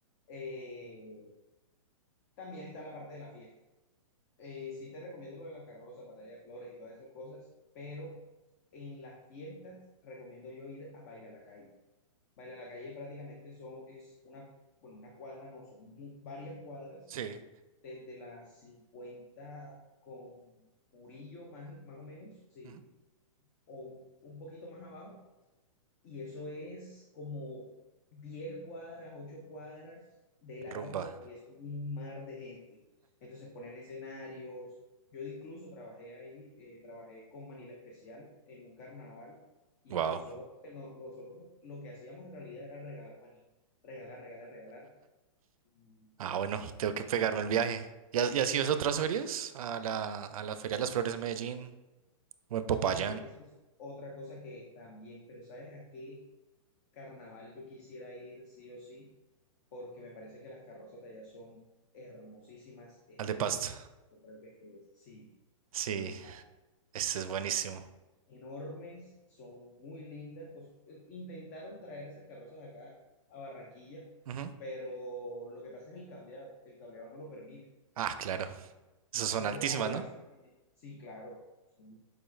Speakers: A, on the left (about 30°); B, on the right (about 85°).
A: eh, también está la parte de la fiesta. Eh, sí te recomiendo lo de las carrozas, batalla de flores y todas esas cosas, pero en las fiestas recomiendo yo ir a bailar la calle. Bailar la calle prácticamente son, es una, bueno, una cuadra no, son mu- varias cuadras,
B: sí.
A: desde las 50 con Murillo más, más o menos, sí,
B: Ujú.
A: o un, un poquito más abajo y eso es como 10 cuadras, 8 cuadras de largo
B: Rumba.
A: y es un mar de gente. Entonces ponen escenarios. Yo incluso trabajé ahí, eh, trabajé con Manila Especial en un carnaval y
B: Wow.
A: nosotros, que no- nosotros lo que hacíamos en realidad era regalar maní, regalar, regalar, regalar. Mm,
B: Ah, bueno, tengo que pegarme el viaje. ¿Y, ha- y has
A: Sí.
B: ido a otras ferias? A la, a la Feria de las Flores de Medellín o en Popayán,
A: Fíjate, eso es otra cosa que también, pero ¿sabes a qué carnaval yo quisiera ir sí o sí? porque me parece que las carrozas de allá son hermosísimas. Es
B: al
A: el
B: de Pasto.
A: de Paz, yo creo que, que es, sí,
B: Sí.
A: el de Paz.
B: Este
A: Esas
B: es buenísimo.
A: carrozas enormes, son muy lindas. cos- eh, Intentaron traer esas carrozas acá a Barranquilla,
B: Ujú.
A: pero lo que pasa es el cableado. El cableado no lo permite.
B: Ah, claro. Esas son
A: Entonces,
B: altísimas,
A: allá
B: ¿no?
A: sí permite. Sí, claro. son-